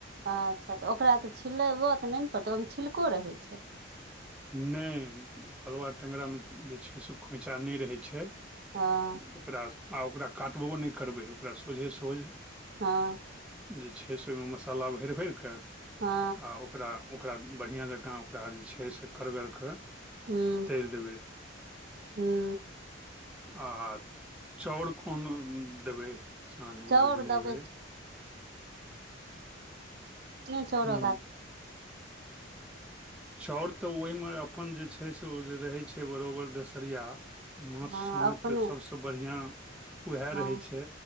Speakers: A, on the right (about 50°); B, in the centre.
A: अच्छा, तऽ ओकरा तऽ छिलेबो तऽ नहि पड़तै ने, ओहिमे छिलको रहै छै।
B: नहि, ओ फलवा टेंगरामे जे छै से खोइँछा नहि रहै छै।
A: हँ
B: ओकरा आ ओकरा काटबो नहि करबै, ओकरा सोझे-सोझ।
A: हँ
B: जे छै से ओहिमे मसाला भरि-भरि कऽ
A: हँ
B: ओकरा। ओकरा बढ़िआँ जकाँ, ओकरा जे छै से करकऽ कऽ।
A: हूँ
B: तैर देबै।
A: हूँ
B: आ चाउर कोन देबै? साँझमे
A: चाउर
B: जे बनेबै?
A: देबै एखने चाउर
B: हुँ
A: लगा
B: चाउर तऽ ओहिमे अपन जे छै, से ओ जे रहैत छै बराबर दसरिया। माछ
A: हँ
B: सङ्गे
A: अपने
B: तऽ सभसँ बढ़िआँ उएह
A: हँ
B: रहै छै।